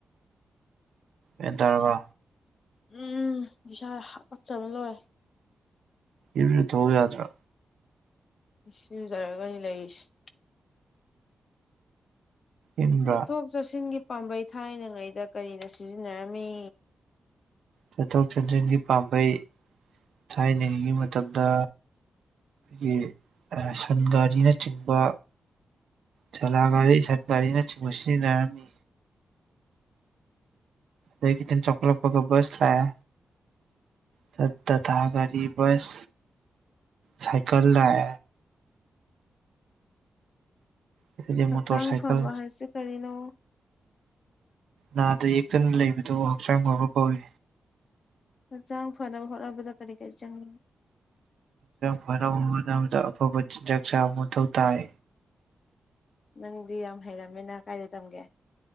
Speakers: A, on the right; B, on the left.
A: ꯑꯦꯟ ꯇꯔꯕ
B: ꯎꯝ ꯏꯁꯥ ꯀꯠꯆꯕ ꯂꯣꯏꯔꯦ
A: ꯏ ꯊꯣꯋꯦ ꯌꯥꯗ꯭ꯔꯥ
B: ꯁꯤ ꯌꯨꯖꯔꯒꯅꯤ ꯂꯩꯔꯤꯁꯦ
A: ꯏꯪꯕ꯭ꯔꯥ
B: ꯆꯠꯊꯣꯛ ꯆꯠꯁꯤꯟꯒꯤ ꯄꯥꯝꯕꯩ ꯊꯥꯏꯅꯉꯩꯗ ꯀꯔꯤꯅ ꯁꯤꯖꯤꯟꯅꯔꯝꯃꯤ
A: ꯆꯠꯊꯣꯛ ꯆꯠꯁꯤꯟꯒꯤ ꯄꯥꯝꯕꯩ ꯊꯥꯏꯅꯉꯤꯉꯩ ꯃꯇꯝꯗ ꯑꯩꯈꯣꯏꯒꯤ ꯁꯟ ꯒꯥꯔꯤꯅꯆꯤꯡꯕ ꯆꯂꯒꯥꯔꯤ ꯁꯟꯒꯥꯔꯤꯅ ꯆꯤꯡꯕ ꯁꯤꯖꯤꯟꯅꯔꯝꯃꯤ ꯑꯩꯒꯤꯇ ꯆꯀꯂ ꯄꯒꯔ ꯕꯁꯂꯦ ꯠ ꯇꯇꯥꯥ ꯒꯥꯔꯤ ꯁ ꯁꯥꯏꯀꯜ ꯂꯥꯛ ꯑꯗꯒꯤ
B: ꯍꯛꯆꯥꯡ
A: ꯃꯣꯇꯣꯔ ꯁꯥꯏꯀꯜ
B: ꯐꯕ ꯍꯥꯏꯁꯤ ꯀꯔꯤꯅꯣ
A: ꯅꯥꯗ ꯌꯦꯛꯇꯅ ꯂꯩꯕꯗꯣ ꯍꯛꯆꯥꯡ ꯑꯣꯏꯕ ꯀꯧꯏ
B: ꯍꯛꯆꯥꯡ ꯐꯅꯕ ꯍꯣꯠꯅꯕꯗ ꯀꯔꯤ ꯀꯔꯤ ꯆꯪꯏ
A: ꯐꯔ ꯃꯇꯝꯗꯗ ꯑꯐꯕ ꯆꯥꯛ ꯆꯥꯕ ꯃꯊꯧ ꯇꯥꯏ
B: ꯅꯪꯗꯤ ꯌꯥꯝ ꯍꯩꯔꯝꯃꯤꯅ ꯀꯥꯏꯗ ꯇꯝꯒꯦ